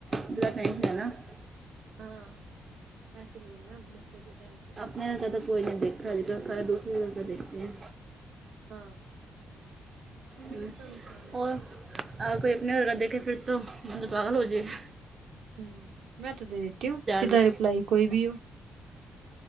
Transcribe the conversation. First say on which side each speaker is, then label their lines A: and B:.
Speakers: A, on the right; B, on the right.
A: ان کا <unintelligible>
B: ہاں ایسے لوگ ہیں موقع بھی ٹائم پہ
A: نہیں کا تو کوئی نہیں دیکھتا ہےلیکن سارے دوسروں کا دیکھتے ہیں
B: ہاں اس میں
A: ہ
B: کس کا نقصان ہے
A: اور کوئی اپنےہ دیکھے پھر تو مندر پاگل ہو جائے گی
B: ہوں میں تو دے دیتی ہوں سدا
A: سے
B: رپلائی کوئی بھی ہو